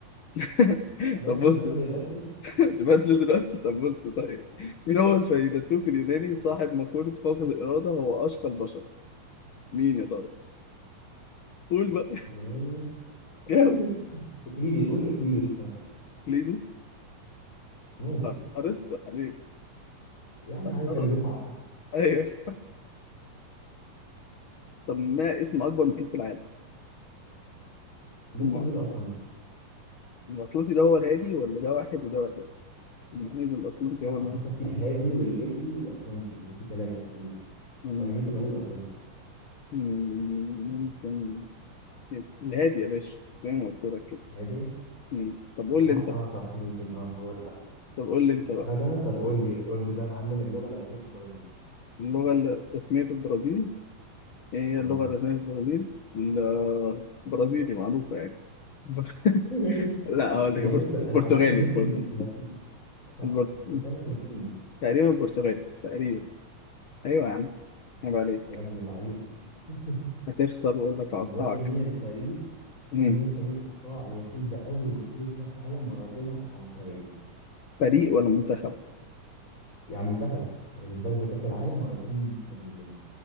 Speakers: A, on the left (about 75°); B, on the left (about 20°).
A: <laughs>
B: انا
A: طب
B: قلت نبدل
A: بص
B: الاسئله
A: تبدل دلوقتي طب بص طيب مين هو الفيلسوف اليوناني صاحب مقولة فقد الإرادة هو أشقى البشر؟ مين يا طارق؟ قول بقى
B: يوناني <laughs>
A: جاوب
B: اقليدي قول اقليدس مثلا
A: لينوس
B: ممكن
A: أ- ارسطو يا حبيبي
B: يا عم
A: أ-
B: عادي
A: ارسطو
B: كانوا دفعه واحده
A: ايوه طب ما اسم اكبر محيط في العالم؟
B: ممكن
A: الم-
B: نقول اطلنطي
A: الاطلنطي ده هو الهادي ولا ده واحد وده واحد؟ المحيط الاطلنطي
B: لا
A: هو الهادي
B: اعتقد في الهادي والهندي والاطلنطي هو في ثلاثه تقريبا
A: مم.
B: فانا ممكن اقول اطلنطي
A: مم. ممكن الهادي يا باشا زي ما قلت لك كده
B: عادي
A: مم. طب قول
B: على
A: لي انت
B: حق
A: بقى
B: اه صح ممكن اه هو اللي تحت
A: طب قول لي انت
B: اسالك
A: بقى
B: انا طب قول لي قول لي بقى يا معلم اللغه الرسميه في البرازيل
A: اللغة الرسمية في البرازيل ايه هي
B: اه
A: اللغة الرسمية في البرازيل؟ ال- البرازيلي معروفة يعني <laughs>
B: <laughs>
A: لا هقول لك
B: هي
A: البرت-
B: بص
A: البرتغالي
B: انا اعتقد ممكن
A: البرتغالي
B: لاتي صح
A: البرت-
B: انا كنت اقول لك لاتيني
A: تقريبا البرتغالي تقريبا ايوه يا عم عيب عليك
B: يا ابن العيون <laughs>
A: هتخسر واقول لك هقطعك
B: طب قول لي مين الفريق
A: مم.
B: قول لي مين الفريق اللي استطاع ان يفوز باول بطوله كاس عالم مرتين على التوالي
A: فريق ولا منتخب
B: يعني منتخب اللي فاز بكاس العالم مرتين متتاليتين